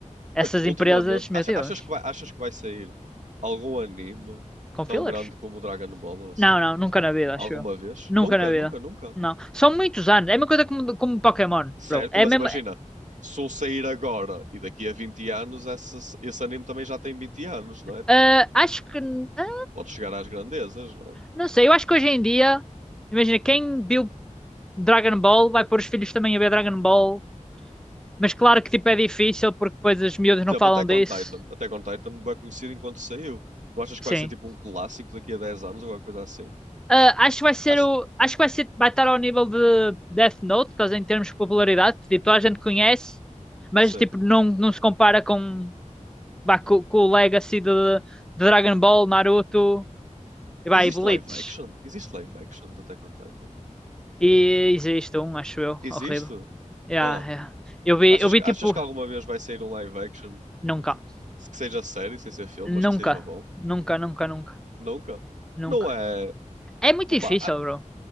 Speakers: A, in the centre; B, on the right.
A: Essas
B: Mas pô,
A: empresas,
B: ultimamente,
A: meu
B: acha-
A: Deus,
B: achas, que vai, achas que vai sair algum anime
A: com
B: tão
A: fillers?
B: grande como o Dragon Ball ou assim?
A: Não, não, nunca na vida, acho
B: Alguma
A: eu.
B: vez?
A: Nunca
B: Nunca,
A: na vida.
B: nunca, nunca.
A: Não. São muitos anos. É uma coisa como, como Pokémon,
B: Certo,
A: bro. É
B: mas
A: mesmo,
B: imagina, se um sair agora e daqui a 20 anos, esse, esse anime também já tem 20 anos, não é? Tipo,
A: Ah, acho que. ah,
B: pode chegar às grandezas, não é?
A: não sei, eu acho que hoje em dia. Imagina, quem viu Dragon Ball vai pôr os filhos também a ver Dragon Ball. Mas claro que tipo é difícil porque depois as miúdas não
B: Por exemplo,
A: falam
B: Attack
A: disso.
B: on Titan. Attack on Titan bem conhecido enquanto saiu. Não achas
A: Sim.
B: que vai ser tipo um clássico daqui a 10 anos ou alguma coisa assim?
A: Ah, acho que vai ser
B: Acho,
A: o. Acho que vai ser. Vai estar ao nível de Death Note, estás a ver, em termos de popularidade. Tipo, toda a gente conhece, mas
B: sei.
A: tipo, não, não se compara com, vá, co- com, o Legacy de, de Dragon Ball, Naruto e vai,
B: Existe
A: e Bleach.
B: live action? Existe live action de Attack on Titan?
A: E existe um, acho eu,
B: Existe?
A: horrível. Yeah,
B: Oh,
A: yeah. Eu vi,
B: achas,
A: eu vi
B: que-
A: tipo.
B: achas que alguma vez vai sair um live action
A: Nunca,
B: de- que seja série, sem ser filme,
A: nunca,
B: mas que seja bom?
A: nunca, nunca, nunca,
B: Nunca.
A: nunca.
B: Não é.
A: É muito
B: Opa,
A: difícil, bro.